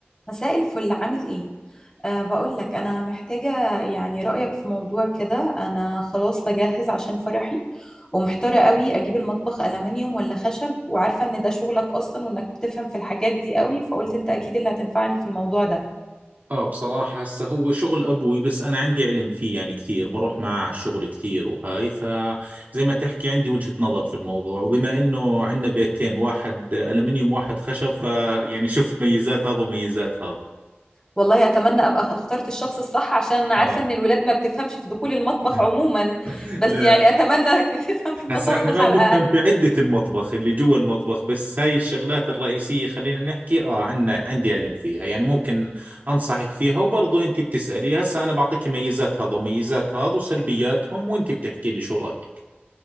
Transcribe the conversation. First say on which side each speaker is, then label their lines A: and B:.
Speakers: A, on the left; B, on the right.
A: مساء الفل عامل ايه؟ أه بقول لك انا محتاجة يعني رأيك في موضوع كده انا خلاص بجهز عشان فرحي ومحتارة قوي اجيب المطبخ ألمنيوم ولا خشب وعارفة ان ده شغلك اصلا وانك بتفهم في الحاجات دي قوي فقلت انت اكيد اللي هتنفعني في الموضوع ده
B: اه بصراحة هسه هو شغل ابوي بس انا عندي علم فيه يعني كثير بروح معه على الشغل كثير وهاي فزي ما تحكي عندي وجهة نظر في الموضوع وبما انه عندنا بيتين واحد الومنيوم واحد خشب فيعني شفت ميزات هذا وميزات هذا
A: والله اتمنى ابقى اخترت الشخص الصح عشان أنا عارفة
B: اه
A: ان الولاد ما بتفهمش في دخول المطبخ
B: <laughs>
A: عموما بس
B: لا
A: يعني اتمنى انك <laughs> بتفهم في المطابخ
B: هسا احنا ما
A: على
B: بنفهم
A: الأقل
B: في عدة المطبخ اللي جوا المطبخ بس هاي الشغلات الرئيسية خلينا نحكي اه عنا عندي علم فيها يعني ممكن انصحك فيها وبرضو انت بتسألي هسا انا بعطيك ميزات هذا وميزات هذا وسلبياتهم وانت بتحكي لي شو رأيك